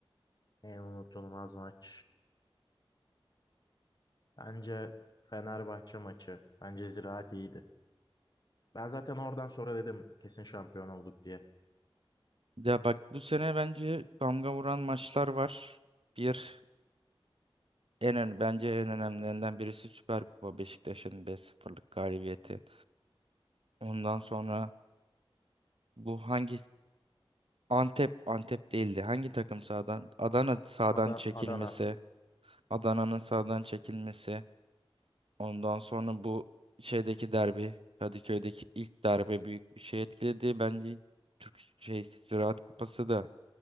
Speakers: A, on the left; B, on the right.
A: En unutulmaz maç. Bence Fenerbahçe maçı. Bence Ziraat iyiydi. Ben zaten oradan sonra dedim kesin şampiyon olduk diye.
B: Ya bak bu sene bence damga vuran maçlar var. Bir en ön- bence en önemlilerinden birisi Süper Kupa Beşiktaş'ın beş sıfırlık galibiyeti. Ondan sonra bu hangi Antep Antep değildi. Hangi takım sağdan? Adana sağdan
A: Ada-
B: çekilmesi.
A: Adana.
B: Adana'nın sağdan çekilmesi. Ondan sonra bu şeydeki derbi, Kadıköy'deki ilk derbi büyük bir şey etkiledi. Bence Türk şey Ziraat Kupası da